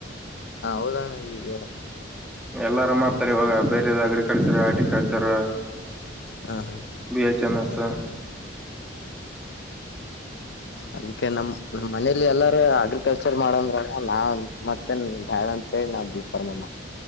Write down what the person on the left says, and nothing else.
ಹಾ ಹೌದೋಣ ಈಗ
ಹ ಹ
ಅದಕ್ಕೆ ನಮ ನಮ್ಮ್ ಮನೇಲಿ ಎಲ್ಲಾರ ಅಗ್ರಿಕಲ್ಚರ್ ಮಾಡಂದ್ರಣ ನಾನ್ ಮತ್ತೇನ್ ಬ್ಯಾಡ ಅಂತೇಳಿ ನಾವ ಬಿಫಾರ್ಮಮ್ಮ